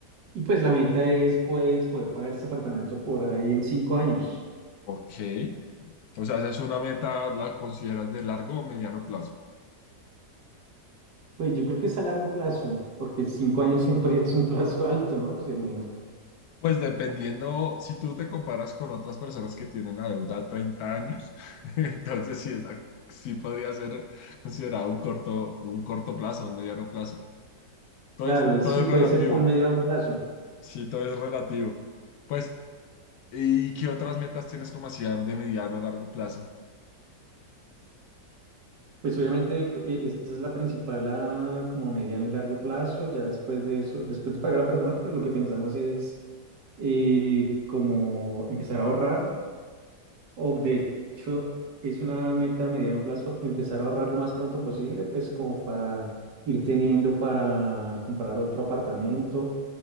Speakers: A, on the right; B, on the left.
A: y pues la meta es, pues, poder pagar este apartamento por ahí en 5 años.
B: ok. O sea, ¿esa es una meta, la consideras de largo o mediano plazo?
A: Pues yo creo que es a largo plazo, porque 5 años siempre es un plazo alto, ¿no? O sea, imagínate.
B: Pues dependiendo, si tú te comparas con otras personas que tienen la deuda a 30 años, <laughs> entonces sí, esa, sí podría ser considerado un corto, un corto plazo, un mediano plazo. Todo
A: Claro,
B: es,
A: sí,
B: todo es
A: puede
B: relativo,
A: ser como un mediano plazo.
B: sí, todo es relativo. Pues, ¿y qué otras metas tienes como así de mediano o largo plazo?
A: Pues obviamente co- e- esa es la principal a como mediano y largo plazo. Ya después de eso, después de pagar el apartamento, pues lo que pensamos es eh, como empezar a ahorrar. O de hecho, es una meta a mediano plazo empezar a ahorrar lo más pronto posible, pues como para ir teniendo para comprar otro apartamento